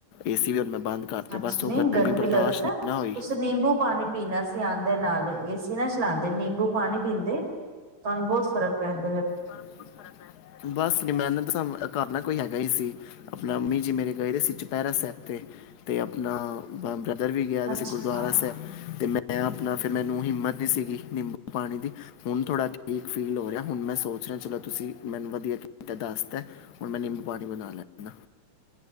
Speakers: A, on the left; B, on the right.
A: ਏਸੀ ਵੀਅਰ ਮੈਂ ਬੰਦ ਕਰਤਾ
B: ਅੱਛਾ,
A: ਬਸ
B: ਨਹੀਂ
A: ਉਹ
B: ਗਰਮੀ
A: ਬਰਦਾਸ਼ਤ
B: ਲੱਗਰੀ ਸੀਨਾ,
A: ਨਹੀਂ
B: ਤੁਸੀਂ
A: ਨਾ ਹੋਈ
B: ਨਿੰਬੂ ਪਾਣੀ ਪੀਣਾ ਸੀ ਆੰਦ ਦੇ ਨਾਲ, ਏਸ ਅਸੀ ਨਾ ਚਲਾਂਦੇ ਨਿੰਬੂ ਪਾਣੀ ਪੀਂਦੇ। ਤੁਹਾਨੂੰ ਬੌਤ ਫ਼ਰਕ ਪੈਂਦ
A: ਤਾ ਬੌਤ ਫਰਕ ਪੈ ਰਿਹੈ, ਬਸ ਨੀ ਮੈਂ ਨਤ ਦੇ ਸਾਬ ਨਾਲ ਐ ਕਰ ਲੈਨ। ਕੋਈ ਹੈਗਾ ਈ ਸੀ, ਅਪਣਾ ਅਮੀ ਜੀ ਮੇਰੇ ਗਏ ਦੇ ਸੀ ਚੁਪੈਰਾ ਸੈਬ ਤੇ, ਤੇ ਅਪਣਾ ਬਾਂਦਰ ਧਰ ਵੀ ਗਿਆ
B: ਅੱਛਾ
A: ਸੀ ਗੁਰਦਆਰਾ ਸੈਬ ਤੇ ਮੈਂ ਮੈਂ ਆਪਣਾ ਫਿਰ ਮੈਨੂੰ ਹਿੰਮਤ ਨੀ ਸੀਗੀ ਨਿੰਬੂ ਪਾਣੀ ਦੀ ਹੁਣ ਥੋੜਾ ਠੀਕ ਫੀਲ ਹੋ ਰਿਹਾ ਹੁਣ ਮੈਂ ਸੋ ਚਲੋ ਤੁਸੀਂ ਮੈਨੂੰ ਵਧੀਆ ਕੀਤਾ ਦਸਤਾ ਹੁਣ ਮੈਂ ਨਿੰਬੂ ਪਾਣੀ ਬਣਾ ਲੈਂਨਾ